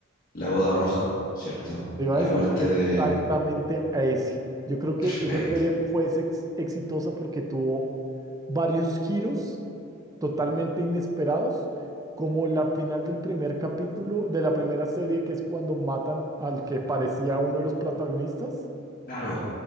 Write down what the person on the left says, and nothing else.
la boda roja, ¿cierto?
La
muerte
de...
Perfecto.
Claro,